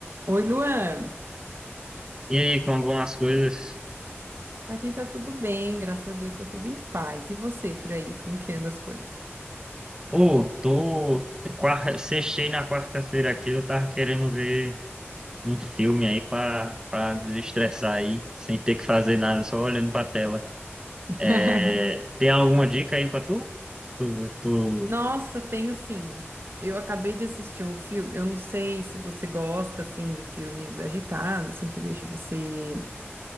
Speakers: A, on the right; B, on the right.
A: Oi, Luan.
B: E aí, como vão as coisas?
A: Aqui tá tudo bem, graças a Deus, tá tudo em paz. E você por aí, como que anda as coisas?
B: Ô, tô. Quarta... Sextei na quarta-feira aqui, eu tava querendo ver um filme aí pra, pra desestressar aí, sem ter que fazer nada, só olhando pra tela.
A: <laughs>
B: É... Tem alguma dica aí pra tu? Tu, tu...
A: Nossa, tenho sim. Eu acabei de assistir um filme. Eu não sei se você gosta assim de filmes agitados, assim que deixa você